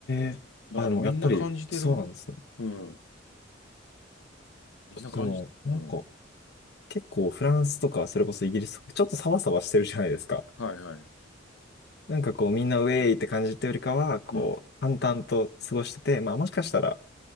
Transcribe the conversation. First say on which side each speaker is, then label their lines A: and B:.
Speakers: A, on the left; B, on the left.
A: えあ、
B: だからみんな感じてる。
A: でもやっぱりそうなんですね。
B: うん。みんな感じ、
A: でも、なんか
B: うん。
A: 結構フランスとかそれこそイギリスとかちょっとサバサバしてるじゃないですか。
B: はいはい。
A: なんかこうみんなウェイって感じってよりかは、こう淡々と過ごしてて、
B: うん。
A: まあもしかしたら